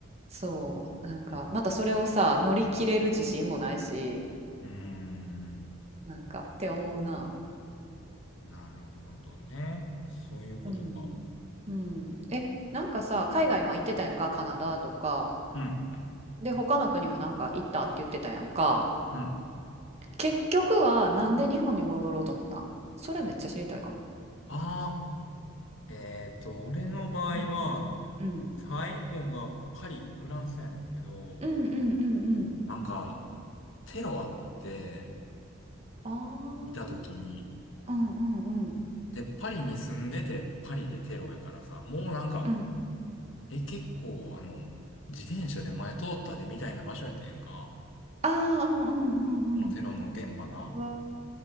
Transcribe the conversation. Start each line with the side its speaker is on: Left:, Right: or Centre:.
Right: そうなんかまたそれをさ乗り切れる自信もないし
Left: うん、うん。
Right: なんかって思うな
Left: なるほどね。そういうことか。
Right: うんうんえなんかさ海外今行ってたやんかカナダとか
Left: うん、
Right: で他の国もなんか行ったって言ってたやんか
Left: うん。
Right: 結局はなんで日本に戻ろうと思ったんそれめっちゃ知りたいかも
Left: ああ、えっと、俺の場合は、
Right: うんうん
Left: 最後がパリ、フランスやねんけど、
Right: うんうんうんうん
Left: なんか、テロあって、
Right: あ
Left: いた時に、
Right: あーうんうんうん
Left: で、パリに住んでて、パリでテロやからさ、もうなんか、
Right: うん
Left: え、結構、あの、自転車で前通ったでみたいな場所やったやんか。
Right: ああーうんうんうんうん
Left: このテロの現場が。
Right: わ